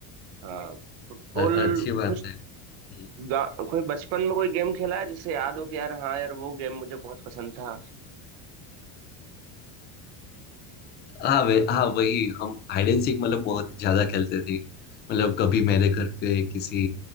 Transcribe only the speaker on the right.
हाँ फुटबॉल
कुछ
गा- कोई बचपन में कोई गेम खेला है जिससे याद हो कि यार हाँ यार वो गेम मुझे बहुत पसंद था